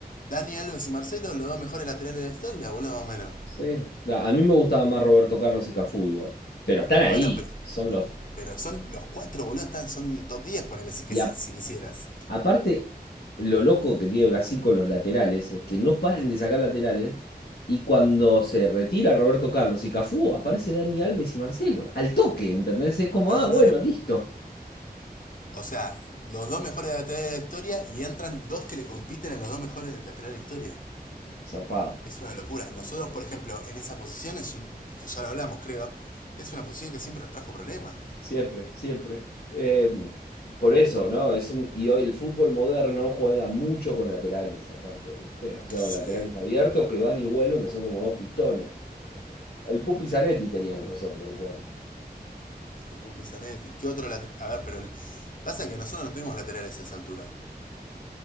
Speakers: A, on the left; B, on the left.
A: Daniel Alves y Marcelo, los dos mejores laterales de la historia, boludo, más o menos.
B: Sí. Nah, a mí me gustaba más Roberto Carlos y Cafú igual. Pero están ahí.
A: Bueno, pero,
B: Son los.
A: pero son los cuatro, boludo, están, son top diez ponele si, que-
B: Y,
A: si
B: a-
A: quisieras.
B: Aparte, lo loco que tiene Brasil con los laterales es que no paran de sacar laterales. Y cuando se retira Roberto Carlos y Cafú, aparece Dani Alves y Marcelo. Al toque, ¿entendés? Es como,
A: No,
B: ah, bueno,
A: no, era-
B: listo.
A: o sea, los dos mejores laterales de la historia y entran dos que le compiten a los dos mejores laterales de la historia.
B: Zarpado.
A: Es una locura. Nosotros, por ejemplo, en esa posición es un. que ya lo hablamos, creo. Es una posición que siempre nos trajo problemas.
B: Siempre, siempre. Eh, por eso, ¿no? Es un, y hoy el fútbol moderno juega mucho con laterales, aparte, ¿viste? O sea,
A: Sí.
B: con laterales abiertos que van y vuelven, que son como dos pistones. El Pupi Zanetti teníamos nosotros de cuatro.
A: El Pupi Zanetti. ¿Qué otro lateral? A ver, pero el- pasa que nosotros no tuvimos laterales a esa altura.